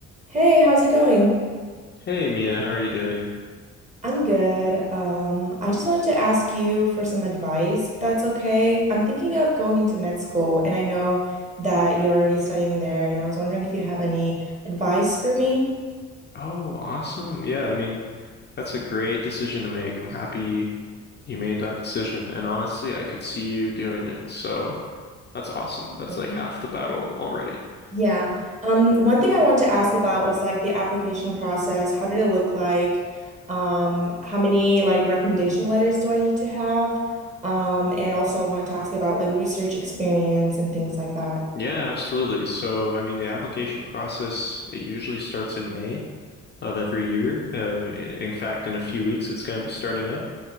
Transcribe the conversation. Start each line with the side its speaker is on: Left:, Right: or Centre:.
Right: Hey, how's it going?
Left: Hey Mia, how are you doing?
Right: I'm good. Um, I just wanted to ask you for some advice, if that's okay. I'm thinking of going into med school, and I know that you're already studying there, and I was wondering if you have any advice for me.
Left: Oh, awesome. Yeah, I mean, that's a great decision to make. I'm happy you made that decision. And honestly, I could see you doing it. So that's awesome.
Right: Mm.
Left: That's like half the battle already.
Right: Yeah.
Left: Uh,
Right: Um, one thing I wanted to ask about was like the application process. How did it look like? Um, how many like recommendation letters do I need to have? Um, and also I wanted to ask about like research experience and things like that.
Left: Yeah, absolutely. So, I mean, the application process, it usually starts in May. of every year. Uh, in fact, in a few weeks, it's going to be starting up,